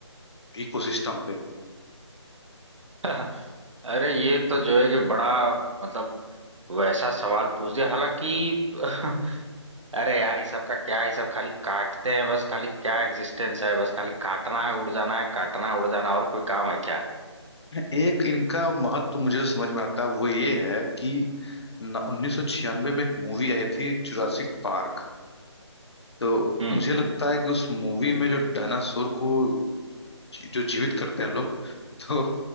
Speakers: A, on the left; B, on the right.
A: इकोसिस्टम पे
B: <laughs> अरे ये तो जो है कि बड़ा मतलब वैसा सवाल पूछ दिया हालांकि <laughs> अरे यार ये सब का क्या है ये सब खाली काटते हैं बस खाली क्या एग्जिस्टेंस है बस खाली काटना है उड़ जाना है काटना है उड़ जाना है, और कोई काम है क्या
A: एक इनका महत्व मुझे जो समझ में आता है वो ये है कि न- 1996 में एक मूवी आई थी जुरासिक पार्क तो
B: हम्म
A: मुझे लगता है कि उस मूवी में जो डायनासोर को जी- जो जीवित करते हैं लोग तो